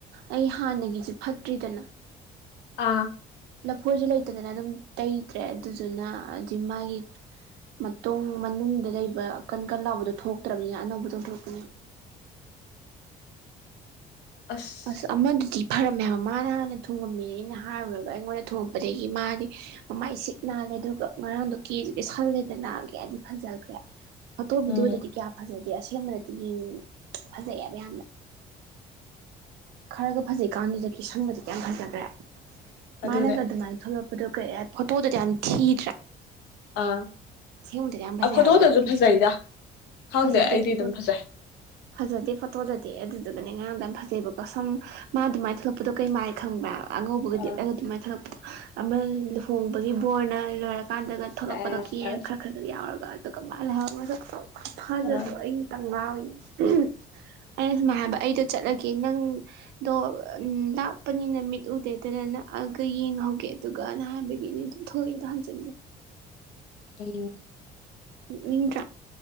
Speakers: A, on the right (about 80°); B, on the left (about 80°).
A: ꯑꯩ ꯍꯥꯟꯅꯒꯤꯖꯨ ꯐꯠꯇ꯭ꯔꯤꯗꯅ
B: ꯑꯥ
A: ꯂꯐꯣꯏꯁꯨ ꯂꯩꯇꯗꯅ ꯑꯗꯨꯝ ꯇꯩꯇ꯭ꯔꯦ ꯑꯗꯨꯗꯨꯅ ꯍꯥꯏꯗꯤ ꯃꯥꯏꯒꯤ ꯃꯇꯨꯡ ꯃꯅꯨꯡꯗ ꯂꯩꯕ ꯀꯟ ꯀꯟ ꯂꯥꯎꯕꯗꯣ ꯊꯣꯛꯇ꯭ꯔꯝꯅꯤꯅ ꯑꯅꯧꯕꯗꯣ ꯆꯣꯡꯊꯣꯛꯔꯛꯄꯅꯦ
B: ꯑꯁ
A: ꯑꯁ ꯑꯃꯗꯨꯗꯤ ꯐꯔꯝꯃꯦ ꯍꯥꯏꯕ ꯃꯥꯅ ꯍꯥꯟꯅ ꯊꯨꯡꯉꯝꯃꯤꯅꯤ ꯑꯩꯅ ꯍꯥꯏꯔꯨꯔꯒ ꯑꯩꯉꯣꯟꯗ ꯊꯨꯡꯉꯛꯄꯗꯒꯤ ꯃꯥꯗꯤ ꯃꯃꯥꯏ ꯁꯤꯠ ꯅꯥꯜꯂꯦ ꯑꯗꯨꯒ ꯉꯔꯥꯡꯗꯣ ꯀꯦꯖꯨ ꯀꯦꯁꯜꯂꯦꯗ ꯀꯌꯥꯗꯤ ꯐꯖꯈ꯭ꯔꯦ ꯐꯣꯇꯣ ꯚꯤꯗꯤꯑꯣꯗꯗꯤ
B: ꯎꯝ
A: ꯀꯌꯥ ꯐꯖꯗꯦ ꯑꯁꯦꯡꯕꯅꯗꯤ ꯐꯖꯩꯌꯦꯕ ꯌꯥꯝꯅ ꯈꯔꯒ ꯐꯖꯩꯀꯥꯟꯗꯨꯗ ꯀꯦꯁꯟꯕꯗꯨꯗꯤ ꯀꯌꯥꯝ ꯐꯖꯈ꯭ꯔꯦ
B: ꯑꯗꯨꯅꯦ
A: ꯃꯥꯥꯅꯒ ꯑꯗꯨꯃꯥꯏꯅ ꯊꯣꯛꯂꯛ <unintelligible> ꯐꯣꯇꯣꯗꯗꯤ ꯌꯥꯝꯅ ꯊꯤꯗ꯭ꯔꯦ
B: ꯑꯥ
A: ꯑꯁꯦꯡꯕꯗꯗꯤ ꯌꯥꯝ ꯐꯖꯩ
B: ꯐꯣꯇꯣꯗꯁꯨ
A: ꯍꯥꯏꯕ ꯍꯧꯖꯤꯛꯀꯤꯁꯦ
B: ꯐꯖꯩꯗ ꯈꯪꯗꯦ
A: ꯐꯖꯗꯦ
B: ꯑꯩꯗꯤ
A: ꯐꯣꯇꯣꯗ
B: ꯑꯗꯨꯝ ꯐꯖꯩ
A: ꯐꯖꯗꯦ ꯐꯣꯇꯣꯗꯗꯤ ꯑꯗꯨꯗꯨꯒꯅꯦ ꯉꯔꯥꯡꯗ ꯐꯖꯩꯕꯀꯣ ꯁꯨꯝ ꯃꯥ ꯑꯗꯨꯃꯥꯏ ꯊꯣꯛꯂꯛꯄꯗꯣ ꯀꯩ ꯃꯥꯥꯏ ꯈꯪꯕ꯭ꯔꯥ ꯑꯉꯧꯕꯒ
B: ꯑꯥ
A: ꯂꯤꯠꯂꯒ ꯑꯗꯨꯃꯥꯏ ꯊꯣꯂꯛꯄꯗꯣ ꯑꯃ ꯂꯨꯍꯣꯡꯕꯒꯤ ꯕꯣꯔꯅ ꯂꯣꯏꯔꯛ ꯀꯥꯟꯗꯒ ꯊꯣꯛꯂꯛꯄꯗꯣ
B: ꯁꯦꯁ
A: ꯀꯦꯟ ꯑꯗꯨ ꯌꯥꯎꯔꯒ ꯑꯗꯨꯒ ꯃꯥꯂꯩꯍꯧꯔꯒ ꯊꯖꯗꯣ
B: ꯑꯥ
A: ꯑꯩꯅꯇꯪ ꯉꯥꯎꯤꯅꯤ ꯎꯝꯍꯝ ꯑꯩꯗꯣ ꯁꯨꯃꯥꯏ ꯍꯥꯏꯕ ꯑꯩꯗꯣ ꯆꯠꯂꯒꯦ ꯅꯪ ꯑꯗꯣ ꯎꯝ ꯂꯥꯛꯄꯅꯤꯅ ꯃꯤꯠ ꯎꯗꯦꯗꯨꯅ ꯅꯛꯑꯒ ꯌꯦꯡꯍꯧꯒꯦ ꯑꯗꯨꯒꯅ ꯍꯥꯏꯕꯒꯤꯅꯤꯗ ꯊꯣꯛꯏꯗ ꯍꯟꯖꯤꯟ ꯍꯟꯖꯤꯟ
B: <unintelligible>
A: ꯅꯣꯛꯅꯤꯡꯗꯥꯔ